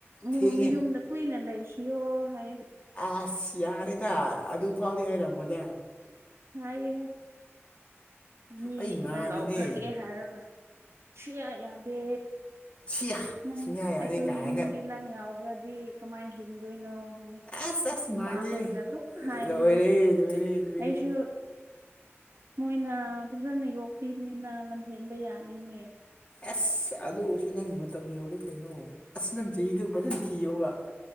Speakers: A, on the right; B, on the left.
A: ꯃꯨꯝ
B: ꯊꯦꯡꯉꯦ
A: ꯌꯨꯝꯗ ꯀꯨꯏꯅ ꯂꯩꯈꯤꯑꯣ ꯍꯥꯏꯌꯦ
B: ꯑꯁ ꯌꯥꯔꯦꯗ ꯑꯗꯨ ꯐꯥꯎꯗꯤ ꯍꯥꯏꯔꯝꯃꯣꯏꯗ
A: ꯍꯥꯏꯌꯦꯍꯦ ꯃꯤꯅ
B: ꯑꯩ ꯉꯥꯏꯔꯤꯅꯦ
A: ꯂꯧꯈ꯭ꯔꯒꯦ ꯍꯥꯏꯔꯒ ꯁꯨꯛꯌꯥ ꯌꯥꯗꯦ
B: ꯁꯤꯌꯥ
A: ꯅꯪ
B: ꯁꯨꯡꯌꯥ ꯌꯥꯗꯦ
A: ꯑꯩꯈꯣꯏ
B: ꯀꯥꯏꯅ
A: ꯏꯃꯨꯡꯗꯤ ꯅꯪ ꯌꯥꯎꯗ꯭ꯔꯗꯤ ꯀꯃꯥꯏꯅ ꯍꯤꯡꯗꯣꯏꯅꯣ ꯍꯥꯏꯅ
B: ꯑꯁ ꯑꯁ ꯃꯥꯜꯂꯤ
A: ꯃꯈꯣꯏꯅ ꯑꯗꯨꯝ ꯍꯥꯏꯕꯒꯤ
B: ꯂꯣꯏꯔꯦ ꯂꯣꯏꯔꯦ ꯂꯣꯏꯔꯦ
A: ꯑꯩꯁꯨ ꯃꯣꯏꯅ ꯐꯖꯅ ꯌꯣꯛꯄꯤꯕꯅꯤꯅ ꯂꯝꯍꯦꯟꯕ ꯌꯥꯗꯦꯅꯦ
B: ꯑꯁ ꯑꯗꯨ ꯑꯣꯏꯔꯁꯨ ꯅꯪꯒꯤ ꯃꯇꯝ ꯌꯧꯔꯦ ꯀꯩꯅꯣ ꯑꯁ ꯅꯪ ꯆꯍꯤꯗꯣ ꯐꯖꯅ ꯊꯤꯌꯣꯕ